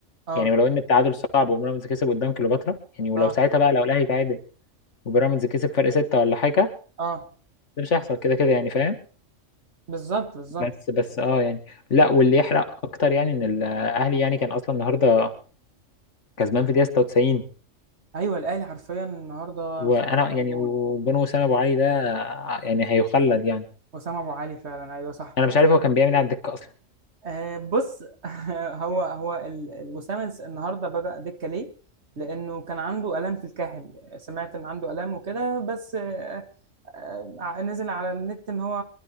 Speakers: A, on the right (about 60°); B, on the left (about 65°).
A: اه
B: يعني ولو ان التعادل صعب وبيراميدز كسب قدام كليوباترا يعني ولو
A: اه
B: ساعتها بقى لو الاهلي تعادل وبيراميدز كسب فرق ستة ولا حاجه
A: اه
B: ده مش هيحصل كده كده يعني فاهم
A: بالظبط بالظبط
B: بس بس اه يعني لا واللي يحرق اكتر يعني ان الاهلي يعني كان اصلا النهارده كسبان في دقيقه 96
A: ايوه الاهلي حرفيا النهارده
B: وانا
A: خطفنا
B: يعني
A: جون
B: وجون وسام ابو علي ده يعني هيخلد يعني
A: وسام ابو علي فعلا ايوه صح
B: انا مش عارف هو كان بيعمل إيه على الدكه اصلا
A: آه، بص <laughs> هو هو ال- الوسام الس- النهارده بدأ دكة ليه؟ لأنه كان عنده آلام في الكاحل سمعت إن عنده آلام وكده بس آه، آه، آه، نزل على النت إن هو